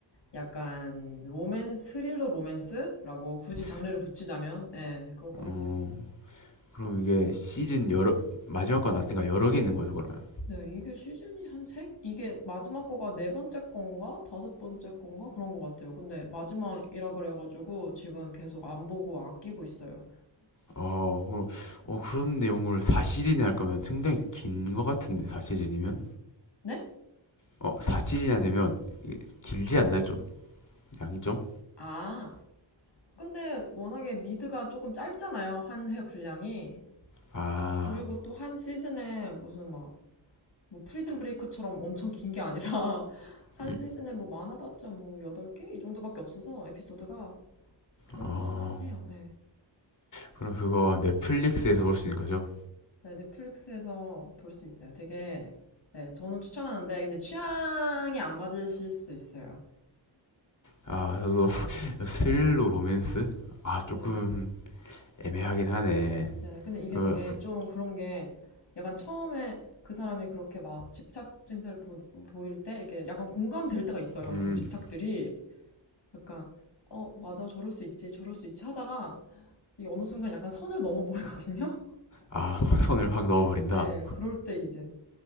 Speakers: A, on the left; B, on the left.
A: 약간 로맨스, 스릴러 로맨스라고 굳이
B: <laughs>
A: 장르를 붙이자면 예, 그럴 것 같아요.
B: 어, 그럼 이게 시즌 여러, 마지막 거 나왔으니까 여러 개 있는 거죠, 그러면?
A: 네, 이게 시즌이 한 세, 이게 마지막 거가 네 번째 건가? 다섯 번째 건가? 그런 것 같아요. 근데 마지막이라 그래가지고 지금 계속 안 보고 아끼고 있어요.
B: 어, 그럼, 어, 그런 내용을 4시즌이나 할 거면 상당히 긴 것 같은데, 4시즌이면?
A: 네?
B: 어, 4시즌이나 되면 이게 길지 않나요? 좀, 양이 좀?
A: 아, 근데 워낙에 미드가 조금 짧잖아요. 한 회 분량이.
B: 아,
A: 그리고 또 한 시즌에 무슨 막 뭐 프리즌 브레이크처럼 엄청 긴 게 아니라 <laughs> 한
B: 음,
A: 시즌에 뭐 많아봤자 뭐 8개? 이 정도밖에 없어서 에피소드가 볼만해요.
B: 어,
A: 네.
B: 그럼 그거 넷플릭스에서 볼 수 있는 거죠?
A: 네, 넷플릭스에서 볼 수 있어요. 되게 네, 저는 추천하는데 근데 취향이 안 맞으실 수도 있어요.
B: 아, 저도 <laughs> 스릴로 로맨스? 아, 조금
A: 네.
B: 애매하긴 하네.
A: 네, 근데 이게
B: 어,
A: 되게
B: 후-
A: 좀 그런 게 약간 처음에 그 사람이 그렇게 막 집착 증세를 보, 보일 때 이렇게 약간 공감될 때가 있어요.
B: 음,
A: 그런 집착들이. 약간 어 맞아 저럴 수 있지 저럴 수 있지 하다가 이 어느 순간 약간 선을 넘어버리거든요.
B: 아, <laughs> 손을 확 넣어버린다.
A: <laughs> 네, 그럴 때 이제